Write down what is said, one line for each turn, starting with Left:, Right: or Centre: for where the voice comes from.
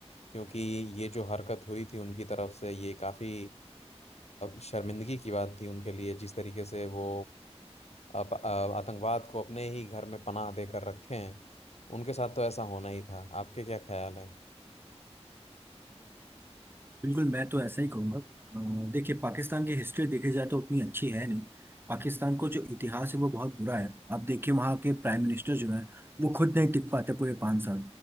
Left: क्योंकि ये जो हरकत हुई थी उनकी तरफ से ये काफ़ी शर्मिंदगी की बात थी उनके लिए जिस तरीके से वो अप- अ, आतंकवाद को अपने ही घर में पनाह देकर रखे हैं उनके साथ तो ऐसा होना ही था आपके क्या ख्याल है
Right: बिल्कुल मैं तो ऐसा ही कहूँगा अ, देखिए पाकिस्तान की हिस्ट्री देखी जाए तो उतनी अच्छी है नहीं पाकिस्तान को जो इतिहास है वो बहुत बुरा है आप देखिए वहाँ के प्राइम मिनिस्टर जो है वो खुद नहीं टिक पाते पूरे पाँच साल